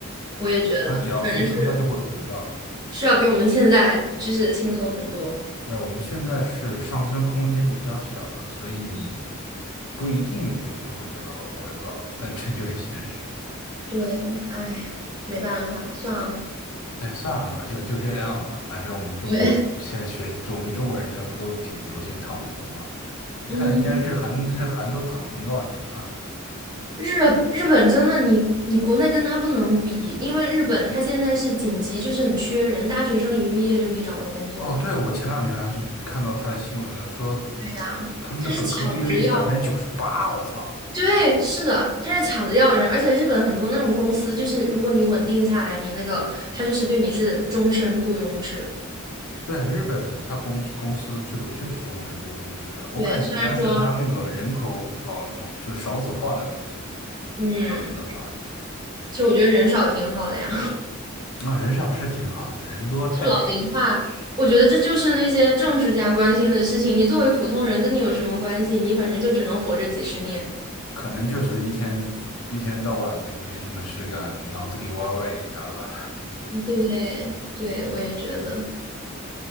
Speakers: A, on the right (about 20°); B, on the left (about 80°).
A: 我也觉得，
B: 他只要付出，
A: 反正是
B: 他就会有回报。
A: 是要比我们现在就是轻松很多。
B: 对，我们现在是上升空间比较小了，所以你不一定努力就会得到回报，但这就是现实。嘛。
A: 对，哎，没办法，算了。
B: 对，算了吧，就就这样吧。反正我们中国现在学，
A: 对，
B: 就我们中国人现在不都挺流行躺平吗？你看人家日韩，
A: 嗯，
B: 日韩都躺平多少年了？
A: 日日本真的你你国内跟他不能比，因为日本他现在是紧急，就是很缺人，大学生一毕业就可以找到工作的。
B: 哦，对，我前两天还是看到他的新闻了，说
A: 对呀，
B: 他们的本科毕业率是百分之九十八，
A: 他是抢着要人。
B: 我操！
A: 对，是的，他是抢着要人，而且日本很多那种公司，就是如果你稳定下来，你那个他就是对你是终身雇佣制。
B: 对，日本的他公司公司制度就是终身雇佣制的，我感觉应该是他那个人口老龄就少子化的问题，
A: 对，虽然说，嗯，
B: 知道吧？
A: 其实我觉得人少挺好的呀。
B: 啊，人少是挺好的，人多太远
A: 就老龄化，我觉得这就是那些政治家关心的事情。你作为普通人，跟你有什么关系？你反正就只能活着几十年。
B: 可能就是一天一天到晚没没什么事干，脑子里歪歪一下吧。
A: 对对对，我也觉得，